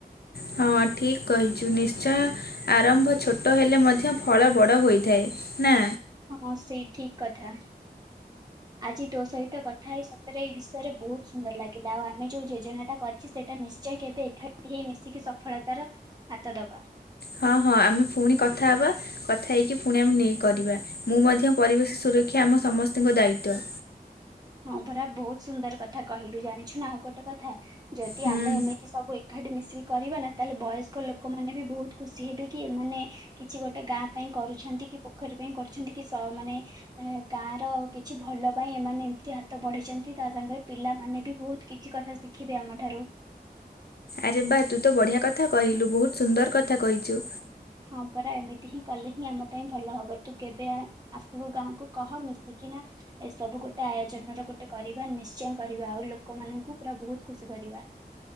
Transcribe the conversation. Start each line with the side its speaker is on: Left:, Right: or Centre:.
Left: ହଁ ଠିକ କହିଛୁ ନିଶ୍ଚୟ। ଆରମ୍ଭ ଛୋଟ ହେଲେ ମଧ୍ୟ ଫଳ ବଡ଼ ହୋଇଥାଏ ନା।
Right: ହଁ ସେଇ ଠିକ୍ କଥା। ଆଜି ତୋ ସହିତ କଥା ହେଇ ସତରେ ଏଇ ବିଷୟରେ ବହୁତ ସୁନ୍ଦର ଲାଗିଲା ଆଉ ଆମେ ଯୋଉ ଯୋଜନାଟା କ ସେଇଟା ନିଶ୍ଚୟ କେବେ ଏକାଠି ହେଇ ମିଶିକି ସଫଳତାର ହାତ ଦବା।
Left: ହଁ ହଁ ଆମେ ପୁଣି କଥା ହବା। କଥା ହେଇକି ପୁଣି ଆମେ ନେଇକି କରିବା ମୁଁ ମଧ୍ୟ ପରିବେଶ ସୁରକ୍ଷା ଆମ ସମସ୍ତଙ୍କ ଦାୟିତ୍ବ।
Right: ହଁ ପରା ବହୁତ ସୁନ୍ଦର କଥା କହିଲୁ ଜାଣିଛୁ ନା ଆଉ ଗୋଟେ କଥା ଯଦି
Left: ହୁଁ
Right: ଆମେ ଏମିତି ସବୁ ଏକାଠି ମିଶିକି କରିବା ନା ତାହେଲେ ବୟସ୍କ ଲୋକମାନେ ବି ବହୁତ ଖୁସି ହେବେ କି ଏମାନେ କିଛି ଗୋଟେ ଗାଁ ପାଇଁ କରୁଛନ୍ତି କି ପୋଖରୀ ପାଇଁ କରୁଛନ୍ତି କି ସ ମାନେ ଏ ଗାଁ ର କିଛି ଭଲ ପାଇଁ ଏମାନେ ଏମତି ହାତ ବଢେଇଛନ୍ତି ତା ସାଙ୍ଗେରେ ପିଲାମାନେ ବି ବହୁତ୍ କିଛି କଥା ଶିଖିବେ ଆମଠାରୁ।
Left: ଆରେ ବାଃ ତୁ ତ ବଢ଼ିଆ କଥା କହିଲୁ ବହୁତ ସୁନ୍ଦର କଥା କହିଛୁ।
Right: ହଁ ପରା ଏମିତି ହିଁ କଲେ ହିଁ ଆମ ପାଇଁ ଭଲ ହବ ତୁ କେବେ ଆ। ଆସିବୁ ଗାଁକୁ କହ ମିଶିକିନା ଏସବୁ ଗୋଟେ ଆୟୋଜନ ର ଗୋଟେ କରିବା ନିଶ୍ଚୟ କରିବା ଆଉ ଲୋକମାନଙ୍କୁ ପୁରା ବହୁତ୍ ଖୁସି କରିବା।